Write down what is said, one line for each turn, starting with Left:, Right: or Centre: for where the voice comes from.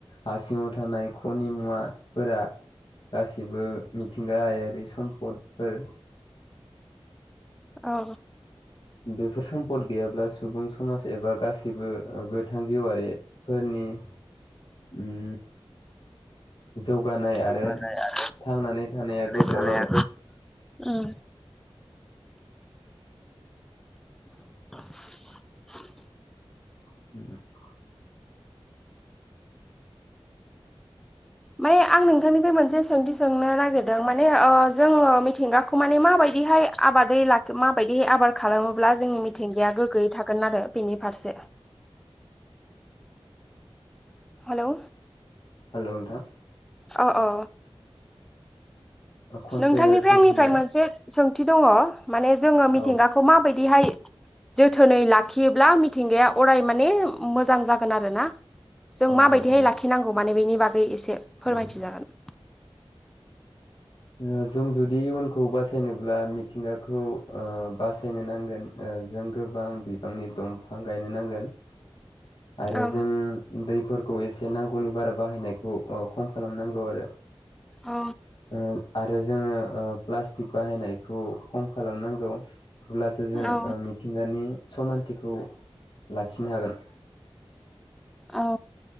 Left: हा सिङाव थानाय खनि मुवाफोरा गासिबो मिथिंगायारि सम्पदफोर
Centre: औ
Left: बेफोर सम्पद गैयाब्ला सुबुं समाज एबा गासैबो गोथां जिवारिफोरनि उम जौगानाय आरो
Centre: जौगानाय आरो
Left: थांनानै थानाया गोब्राब
Centre: रैखानायाबो
Left: आरो
Centre: उम द
Left: <unintelligible>
Centre: माने आं नोंथांनिफ्राय मोनसे सोंथि सोंनो नागिरदों माने ओ जोङो मिथिंगाखौ थ माने माबायदिहाय आबादै लाखो माबायदिहाय आबाद खालामोब्ला जोंनि मिथिंगाया गोग्गोयै थागोन आरो बेनि फारसे हेलौ
Left: हेलौ नोंथां
Centre: अ अ
Left: खनसे
Centre: नोंथांनिफ्राय
Left: सोंफिनलाय
Centre: आंनिफ्राय मोनसे सोंथि दङ माने जोङो मिथिंगा
Left: औ
Centre: खौ मा बायदिहाय जोथोनै लाखियोब्ला मिथिंगाया अराय माने मोजां जागोन आरो ना। जों
Left: औ
Centre: मा बायदिहाय
Left: औ
Centre: लाखिनांगौ माने बेनि बागै एसे फोरमायथिजागोन।
Left: उम ओ जों जुदि इयुनखौ बासायनोब्ला मिथिंगाखौ ओ बासायनो नांगोन। ओ जों गोबां बिबांनि दमफां गायनो नांगोन। आरो
Centre: औ
Left: जों दैफोरखौ एसे नांगौनि बारा बाहायनायखौ ओ खम खालामनांगौ आरो।
Centre: अ
Left: ओ आरो जोङो ओ प्लास्टिक बाहायनायखौ खम खालामनांगौ। अब्लासो जों ओ
Centre: औ
Left: मिथिंगानि समानथिखौ लाखिनो हागोन।
Centre: औ